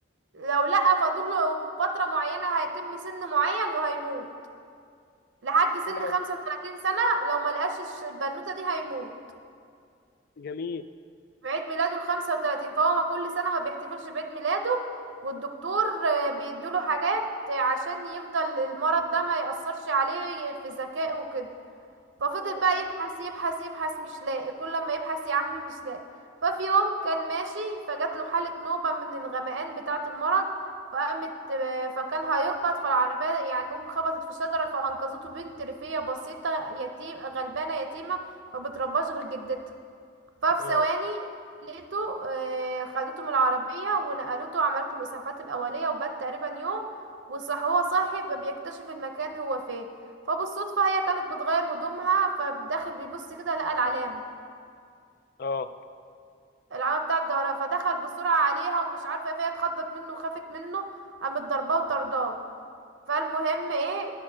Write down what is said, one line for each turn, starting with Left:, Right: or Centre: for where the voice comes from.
Right: لو لأ فاضل له فترة معينة هيتم سن معين وهيموت لحد سن
Left: اه
Right: 35 سنة لو ما لقاش الش- البنوتة دي هيموت
Left: جميل
Right: في عيد ميلاده ال 35 فهو ما كل سنة ما بيحتفلش بعيد ميلاده والدكتور آه، بيدوله حاجات عشان يفضل المرض ده ما يأثرش عليه في ذكائه وكده ففضل
Left: اه
Right: بقى يبحث يبحث يبحث مش لاقي كل لما يبحث يا عمي مش لاقي ففي يوم كان ماشي فجات له حالة نوبة من الغمقان بتاعة المرض فقامت آه، فكان هيخبط فالعربية يعني المهم خبطت في شجرة فأنقذته بنت ريفية بسيطة يتيم غلبانة يتيمة ما بترباش غير جدتها ففي
Left: اه
Right: ثواني لقيته آه، خدته من العربية ونقلته وعملت له الإسعافات الأولية وبات تقريبا يوم وصح هو صاحي فبيكتشف المكان هو فين فبالصدفة هي كانت بتغير هدومها فداخل بيبص كده لقى العلامة
Left: اه
Right: العلامة بتاعة ظهرها فدخل بسرعة عليها ومش عارفة إيه، فهي اتخضت منه وخافت منه قامت ضرباه وطرداه فالمهم ايه